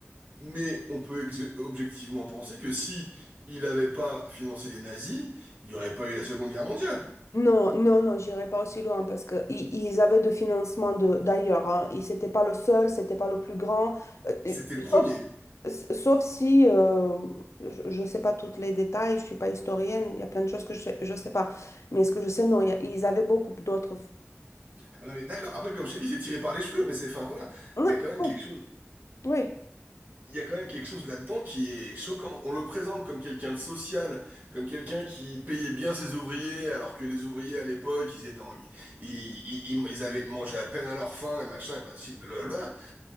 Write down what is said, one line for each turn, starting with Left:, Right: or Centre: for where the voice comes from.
Right: Mais on peut ex- objectivement penser que si il avait pas financé les nazis, il n'y aurait pas eu la Seconde Guerre mondiale.
Left: Non, non, non, j'irai pas aussi loin parce que i- ils avaient de financement de d'ailleurs. Hein. Ils c'était pas le seul, c'était pas le plus grand. Euh,
Right: C'était
Left: euh,
Right: le premier.
Left: sauf, s- sauf si euh, je ne sais pas tous les détails, je suis pas historienne. Il y a plein de choses que je sais, je sais pas. Mais ce que je sais, non, il y a- ils avaient beaucoup d'autres.
Right: Ah Non mais d'accord, après comme je t'ai dit, c'est tiré par les cheveux, mais c'est, enfin voilà,
Left: Non,
Right: il y a quand même
Left: Oui,
Right: quelque chose,
Left: oui.
Right: il y a quand même quelque chose là-dedans qui est choquant. On le présente comme quelqu'un de social, comme quelqu'un qui payait bien ses ouvriers, alors que les ouvriers à l'époque, ils étaient en- ils, ils, ils- ils avaient mangé à peine à leur faim et machin, et si, blablabla.